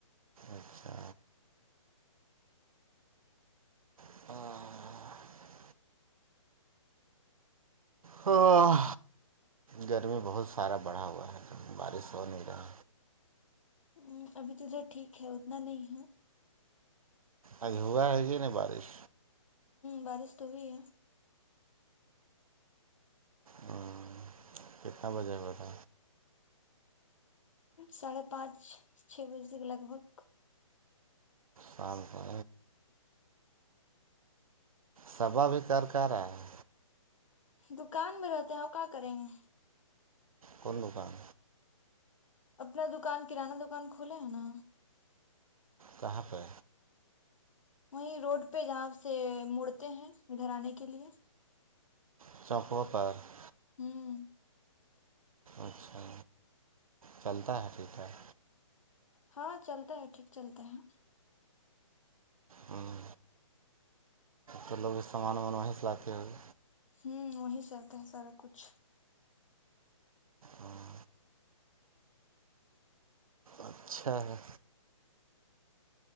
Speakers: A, on the right; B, on the left.
A: اچھا ہاں ہاں گرمی بہت سارا بڑھا ہوا ہے بارش ہو نہیں رہا
B: ہ ابھی تو جوا ٹھیک ہے اتنا نہیں ہے
A: اج ہوا ہے یہ نا بارش
B: بارش تو ہوئی ہے
A: ہوں کتنا بجے بتا
B: ساڑھے پانچ چھ بجے تک لگ بھگ
A: شام کو سبا بھی کر کر رہا ہے
B: دکان میں رہتے ہیں اور کہ کریں گے
A: قون دکان
B: اپنا دکان کرانہ دکان کھولے ہے نا
A: کہاں پہ
B: وہیں روڈ پہ جہاں سے مڑتے ہیں گھراننے کے لیے
A: <unintelligible>
B: ہوں
A: اچھا چلتا ہے ٹھیک ٹھاک
B: ہاں چلتا ہے ٹھیک چلتا ہے
A: ہوں تو لوگ بھی سامان وامان وہیں سے لاتے ہو گئے
B: ہوں وہیں سے آتا ہے سارا کچھ
A: ہاں اچھا ہے